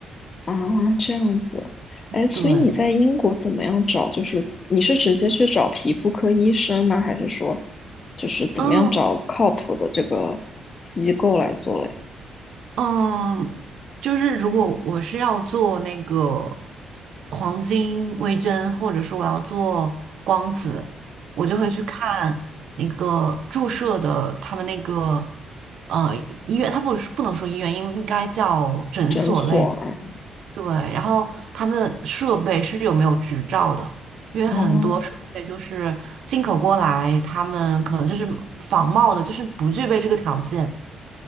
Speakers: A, on the left (about 40°); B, on the right (about 65°).
A: 啊，这样子，哎，所以你在英国怎么样找？
B: 对，
A: 就是你是直接去找皮肤科医生吗？还是说就是怎么样找靠谱的这个机构来做嘞？
B: 嗯，嗯，就是如果我是要做那个黄金微针，或者说我要做光子，我就会去看那个注射的他们那个呃医院，他不是不能说医院，应该叫诊所类。
A: 诊所啊，
B: 对，然后他们的设备是有没有执照的？因为很多设备就是进口过来，
A: 哦，
B: 他们可能就是仿冒的，就是不具备这个条件。